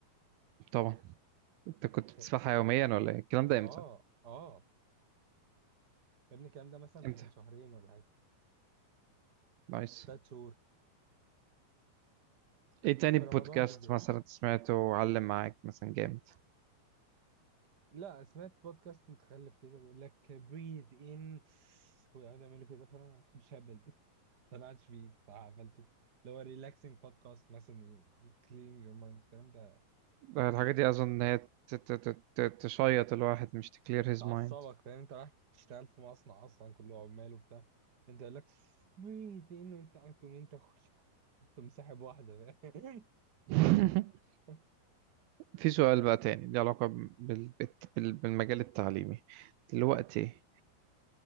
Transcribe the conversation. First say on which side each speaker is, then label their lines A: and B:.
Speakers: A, on the right; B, on the right.
A: طبعا انت كنت
B: كانت
A: بتسمعها يوميا ولا ايه الكلام ده
B: اه
A: امتى
B: اه يا ابني الكلام ده مثلا من
A: امتى
B: شهرين ولا حاجه
A: نايس
B: ثلاث شهور
A: ايه تاني
B: في
A: بودكاست
B: رمضان بالذات
A: مثلا سمعته وعلم معاك مثلا جامد
B: لا سمعت بودكاست متخلف كده بيقول لك breathe in ويقعدوا يعملوا كده فانا ما بحبش اهبل <laughs> اقتنعتش بيه صراحة قفلته اللي هو ريلاكسنج بودكاست مثلا كلين يور مايند الكلام ده
A: ده الحاجة
B: مش حلو
A: دي اظن
B: يعني.
A: ان هي ت- ت- ت- ت- تشيط الواحد مش تكلير هيز
B: تعصبك
A: مايند
B: فاهم انت رايح تشتغل في مصنع اصلا كله عمال وبتاع انت يقول لك ميت انه انت انت انت انت مسحب واحدة فاهم
A: <laughs>
B: <laughs>
A: في سؤال بقى تاني ليه علاقة بال... بال... بال- بالمجال التعليمي دلوقتي